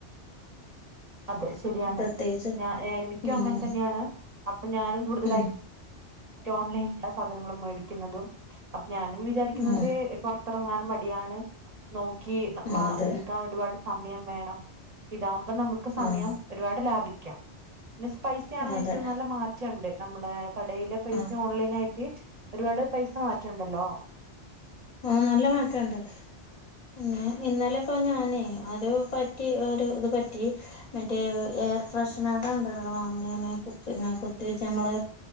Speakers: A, on the right (about 45°); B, on the left (about 45°).
A: അതെ ശരിയാണ്
B: പ്രത്യേകിച്ച്
A: ഞാൻ എ- നിക്കും
B: ഉം
A: അങ്ങനെ തന്നെയാണ് അപ്പൊ ഞാനും കൂടുതലായി
B: ഉം
A: ഓൺലൈൻ ആ സാധനങ്ങളും മേടിക്കുന്നതും അപ്പൊ ഞാനും വിചാരിക്കുന്നത്
B: ഉം
A: പുറത്തി റാങ്ങൻ മടിയാണ് നോക്കി
B: ഉം
A: മാ
B: അതെ
A: നിൽക്കാൻ ഒരുപാട് സമയം വേണം ഇതാവകുമ്പോ നമുക്ക് സമയം
B: ആഹ്
A: ഒരുപാട് ലാഭിക്കാം പിന്നെ സ്പൈസി ആണ്
B: അതെ
A: എനിക്ക് നല്ല മാറ്റമുണ്ട് നമ്മള് കടയിലെ പൈസ
B: ആഹ്
A: ഓൺലൈൻ ആയിട്ട് ഒരുപാട് പൈസ മാറ്റുണ്ടല്ലോ
B: ആഹ നല്ല മാറ്റണ്ട് പിന്നെ ഇന്നലെ ഇപ്പൊ ഞാനേ ഒരു പറ്റി ഒരു ഇത് പറ്റി മറ്റേ എയർ ഫ്രഷ്നഅത ഉണ്ടല്ലോ അ കുപ്പന്നെ കുത്തി വെച്ച് നമ്മള്